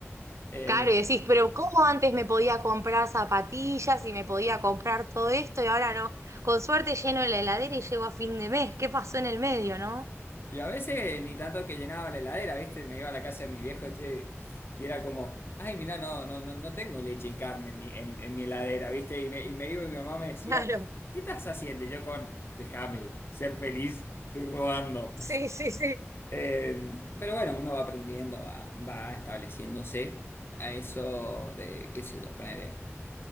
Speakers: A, on the left; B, on the right.
A: Eh,
B: Claro, y decís, pero ¿cómo antes me podía comprar zapatillas y me podía comprar todo esto y ahora no? Con suerte lleno la heladera y llego a fin de mes. ¿Qué pasó en el medio, no?
A: y a veces ni tanto que llenaba la heladera, ¿viste? Me iba a la casa de mis viejos, che, y era como, ay, mirá, no, no, no, no tengo leche y carne en mi, en, en mi heladera, ¿viste? Y me, y me iba y mi mamá me decía,
B: <laughs> Claro,
A: ¿qué estás haciendo? Y yo con, déjame ser feliz, estoy robando.
B: sí, sí, sí.
A: Eh, pero bueno, uno va aprendiendo, va, va estableciéndose a eso de, qué sé yo, poner